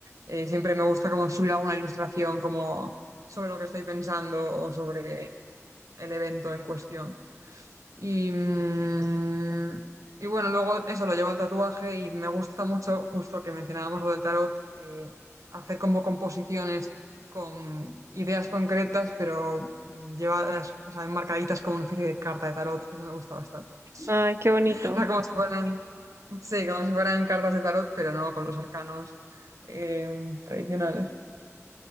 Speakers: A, on the right (about 85°); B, on the right (about 55°).
A: Eh, siempre me gusta como subir alguna ilustración como sobre lo que estoy pensando o sobre el evento en cuestión. Y, mm, y bueno, luego eso lo llevo al tatuaje y me gusta mucho, justo que mencionábamos lo del tarot, eh, hacer como composiciones con ideas concretas, pero mm, llevadas, o sea, enmarcaditas como una especie de carta de tarot. Eso me gusta bastante.
B: Ay, qué bonito,
A: <laughs> O sea, como si fueran, sí, como si fueran cartas de tarot, pero no con los arcanos eh, tradicionales.